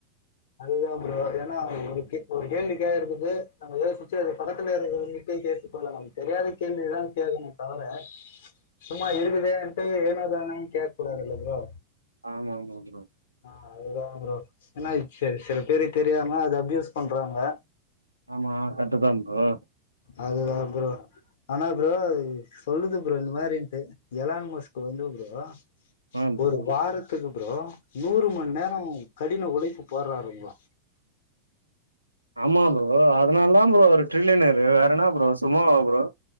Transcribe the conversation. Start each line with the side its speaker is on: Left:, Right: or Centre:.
Left: அதுதா ப்ரோ ஏனா ஒருக் கே ஒரு கேள்வி கேக்கறத்துக்கு நம்ம யோசிச்சு அது பக்கதுல இருக்கறவங்கிட்டே கேட்டு கொள்ளலாம் தெரியாத கேள்விதா கேக்கனுமே தவர சும்மா இருக்குதேன்ட்டு ஏனோதானோன் கேக்க கூடாதுல்ல ப்ரோ
Right: ஆமாம்மா ப்ரோ
Left: ஆ அதுதா ப்ரோ ஏனா சேரி செல பேரு தெரியாம அத அப்யூஸ் பண்றாங்க
Right: ஆமா கர்ட்டுதா ப்ரோ
Left: அதுதா ப்ரோ ஆனா ப்ரோ சொல்லுது ப்ரோ இந்த மாரின்ட்டு எலான் மஸ்க்கு வந்து ப்ரோ
Right: ஆ ப்ரோ
Left: ஒரு வாரத்துக்கு ப்ரோ நூறு மண் நேர் ரோ கடின உழைப்பு போட்றாருங்ளா
Right: ஆமா ப்ரோ அதனால தா ப்ரோ அவரு ட்ரில்லினர்ரு வேற என்னா ப்ரோ சும்மாவா ப்ரோ